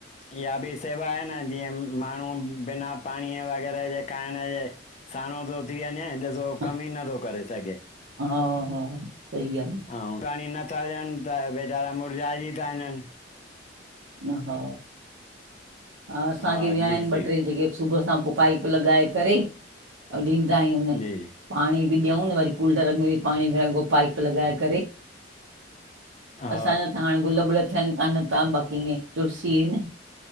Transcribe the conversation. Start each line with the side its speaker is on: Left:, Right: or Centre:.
Left: इहा बि सेवा आहे न जीअं माण्हू बिना पाणीअ वग़ैरह जे खाइण जे साणो थो थी वञे ॾिसो
Right: हा
Left: कमु ई नथो करे सघे।
Right: हा, हा सही आहे
Left: हा हा ऐं पाणी नथा ॾियनि त वेचारा मुर्झाइजी था वञनि
Right: हा, असांखे
Left: हा
Right: बि आहिनि
Left: जी
Right: ॿ,
Left: जी
Right: ट्रे जेके सुबुह सां पो पाइप लॻाए करे अंउं ॾींदा आहियूंनि
Left: जी
Right: पाणी बि ॾियऊ वरी कूलर में पाणी पाइप लॻाए करे
Left: हा
Right: असांजा त हाणे गुल, बुल थियनि कान था बाक़ी ईअं तुलसी एन